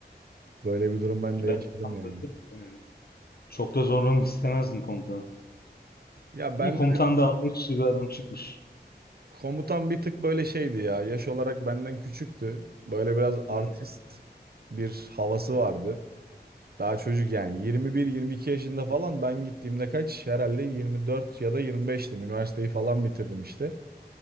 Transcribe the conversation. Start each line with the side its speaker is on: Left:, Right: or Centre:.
Right: Böyle bir durum ben
Left: E
Right: de yaşadım
Left: ben tam
Right: yani.
Left: bırakırım yani. Çok da zorlamak istemezdim komutanı.
Right: Ya ben
Left: İyi komutan da anlayışlı bir adam çıkmış.
Right: Komutan bir tık böyle şeydi ya. Yaş olarak benden küçüktü. Böyle biraz artist
Left: Hı,
Right: bir havası vardı. Daha çocuk yani 21-22 yaşında falan ben gittiğimde kaç? Herhalde 24 ya da 25'tim. Üniversiteyi falan bitirdim işte.